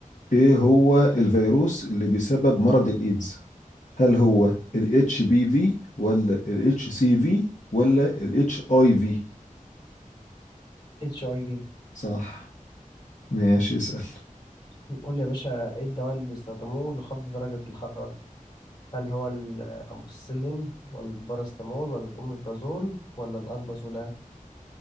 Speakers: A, on the left; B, on the left.
A: ايه هو الفيروس اللي بيسبب مرض الايدز هل هو ال HBV ولا ال HCV ولا ال HIV
B: اتش اي
A: صح ماشي اسأل
B: في قول لي يا باشا ايه الدواء اللي بيستخدموه لخفض درجة الحرارة هل هو الأموكسيسيلين ولا الباراسيتامول ولا الأوميبرازول ولا الأربازولام